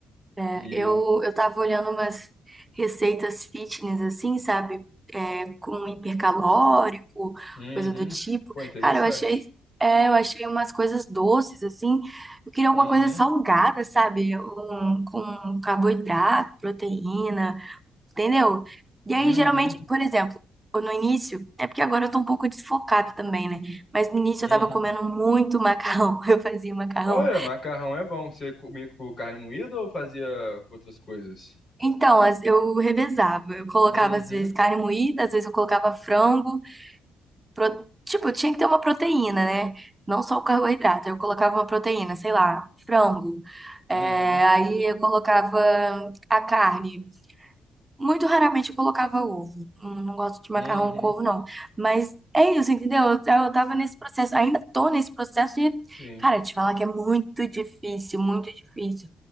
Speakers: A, on the right (about 15°); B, on the left (about 45°).
A: É,
B: E,
A: eu, eu tava olhando umas receitas fitness, assim, sabe? É, com hipercalórico,
B: uhum,
A: coisa do tipo.
B: pô, interessante.
A: Cara, eu achei, é, eu achei umas coisas doces, assim. Eu queria alguma
B: Uhum,
A: coisa salgada, sabe? Um, com carboidrato, proteína. Entendeu? E aí,
B: uhum,
A: geralmente, por exemplo, eu no início, é porque agora eu tô um pouco desfocada também, né? Mas no início
B: uhum.
A: eu tava comendo muito macarrão, <laughs> eu fazia macarrão.
B: Olha, macarrão é bom. Você comia com carne moída ou fazia com outras coisas?
A: Então, as- eu revezava, eu colocava
B: Uhum,
A: às vezes carne moída, às vezes eu colocava frango, pro- tipo, tinha que ter uma proteína, né? Não só o carboidrato, eu colocava uma proteína, sei lá, frango.
B: uhum,
A: É, aí eu colocava a carne. Muito raramente eu colocava ovo. Não, não gosto de
B: uhum.
A: macarrão com ovo, não. Mas é isso, entendeu? Eu, eu tava nesse processo, ainda tô nesse processo de,
B: Sim.
A: cara, te falar que é muito difícil, muito difícil.